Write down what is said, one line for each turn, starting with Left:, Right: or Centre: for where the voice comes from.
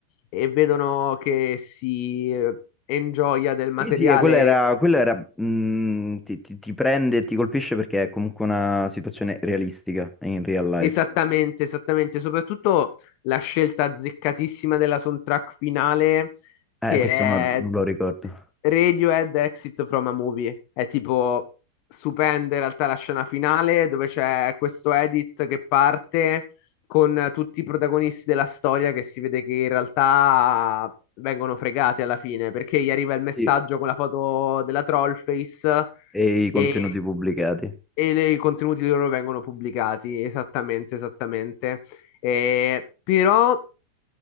Left: e vedono che si eh, ingioia del materiale
Centre: Sì, sì, e quella era, quella era, mh, ti, ti- ti prende e ti colpisce perché è comunque una situazione realistica in real life.
Left: Esattamente, esattamente, soprattutto la scelta azzeccatissima della soundtrack finale
Centre: Eh,
Left: che
Centre: questo
Left: è
Centre: non, non lo ricordo.
Left: Radiohead Exit from a Movie. È tipo stupenda in realtà la scena finale dove c'è questo edit che parte con tutti i protagonisti della storia che si vede che in realtà vengono fregati alla fine perché gli arriva il messaggio
Centre: Sì,
Left: con la foto della Trollface
Centre: e i contenuti
Left: e
Centre: pubblicati.
Left: e le- i contenuti loro vengono pubblicati, esattamente, esattamente. Eh, però,